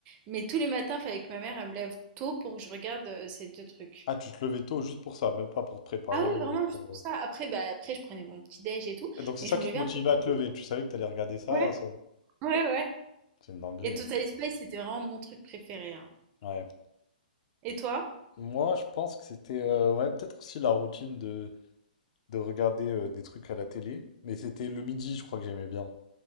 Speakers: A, on the right (about 25°); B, on the left (about 45°).
A: Mais tous les matins, il fallait que ma mère elle me lève tôt pour que je regarde euh, ces deux trucs.
B: Ah, tu te levais tôt juste pour ça, même pas pour te préparer.
A: Ah oui,
B: ou
A: vraiment, juste
B: pour,
A: pour
B: euh,
A: ça. Après, bah, après, je prenais mon petit déj et tout,
B: Et donc c'est
A: mais
B: ça
A: je
B: qui
A: me levais
B: te motivait
A: un peu plus
B: à te
A: tôt.
B: lever. Tu savais que t'allais regarder ça,
A: Ouais,
B: et ça...
A: ouais, ouais.
B: C'est une dinguerie,
A: Et Total
B: hein.
A: Spice, c'était vraiment mon truc préféré. hein.
B: Ouais.
A: Et toi?
B: Moi, je pense que c'était... euh, Ouais, peut-être aussi la routine de, de regarder euh, des trucs à la télé. Mais c'était le midi, je crois que j'aimais bien.